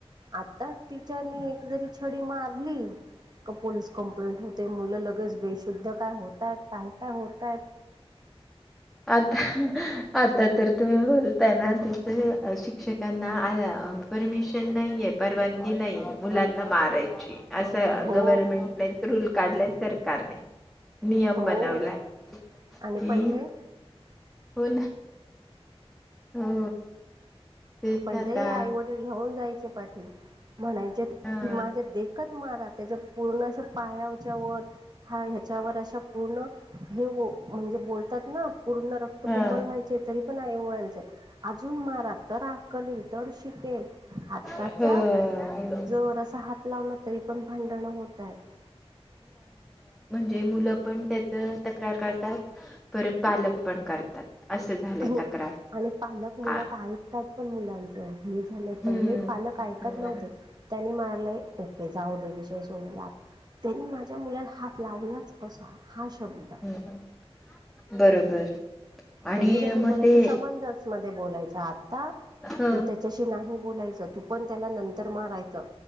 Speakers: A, on the right; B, in the centre.
A: आता टीचरनीरी छडी म ली पोलीस कंप्लेंट होते मुलं लगेच बेशुद्ध काय होतात काय का होतायत.
B: आता आता तर तुम्ही बोलताय ना तस शिक्षकांना आल्या परमिशन नाहीये, परवानगी नाही, मुलांना मारायची असं
A: हो
B: गव्हर्मेंटनेच रूल काढलाय सरकारने नियम
A: हो
B: बनवलाय कि
A: आणि पहिले
B: हो ना हो तेच
A: पहिलेही
B: आता
A: आई वडील घेऊन जायचे पाठी. म्हणायचे
B: हा
A: की माझ्या देखत मार त्याच्या पूर्णश पायाच्या व हा ह्याच्यावर अशा पूर्ण हे व, म्हणजे बोलतात ना पूर्ण रक्तबबल
B: हा
A: व्हायचे तरी पण आई वयचे अजून मारात अक्कल येईल तर शिकेल आताचा.
B: हो
A: जोरा हात लावला तरी पण भांडण होत आहेत.
B: े मुलं पण त्याच तक्रार करतात परत पालक पण करतात. झाले
A: आणि
B: तक्रार
A: आणि पालक मुलात
B: आ
A: ऐकतात पण मुलांचं हे झालंय
B: हम्म
A: पहिले पालक ऐकत
B: हम्म
A: नव्हते. त्यांनी मारलंय ओके जाऊ दे विषय सोडलात त्यांनी माझ्या मुलाला हात लावलाच कसा? हा शब्द
B: हम्म बरोबर आणि
A: पहिली कशी
B: मग
A: बोलायची
B: ते
A: समंजस मध्ये बोलायच्या आता.
B: ह
A: तू त्याच्याशी नाही बोलायचं. तू पण त्याला नंतर मारायचं